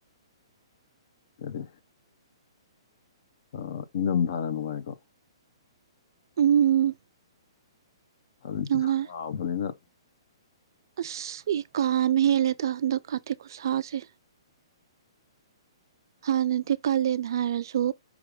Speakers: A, on the left; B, on the right.
A: ꯀꯔꯤ ꯑ ꯏꯪꯗꯝꯊꯥꯅ ꯅꯨꯡꯉꯥꯏꯀꯣ
B: ꯎꯝ
A: ꯍꯧꯖꯤꯛꯇꯤ
B: ꯅꯨꯡꯉꯥꯏ
A: ꯁꯥꯕꯅꯤꯅ
B: ꯑꯁ ꯏ ꯀꯥ ꯑꯃ ꯍꯦꯜꯂꯦꯗ ꯍꯟꯗꯛ ꯀꯥꯇꯤ ꯈꯨꯨꯁꯥꯁꯦ ꯍꯥꯟꯅꯗꯤ ꯀꯥꯂꯦꯟ ꯍꯥꯏꯔꯖꯨ